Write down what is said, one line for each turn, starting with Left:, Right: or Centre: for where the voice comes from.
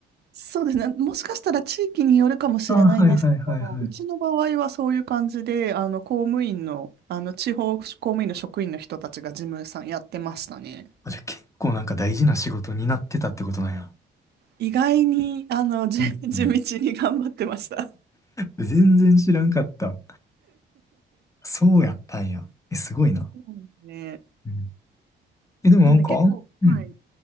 Right: そうですね。もしかしたら地域によるかもしれないんですけど、
Left: あ、はいはいはいはい。
Right: うちの場合はそういう感じで、あの、公務員の、あの、地方公務員の職員の人たちが事務さんやってましたね。
Left: あ、じゃあ結構なんか大事な仕事になってたってことなんや。
Right: 意外に、あの、じ
Left: うんうん。
Right: <laughs> 地道に頑張ってました。
Left: 全然知らんかった。そうやったんや。え、すごいな。
Right: そうですね。
Left: うん。え、でもなんかあん、
Right: なんで結構、
Left: うん。
Right: はい。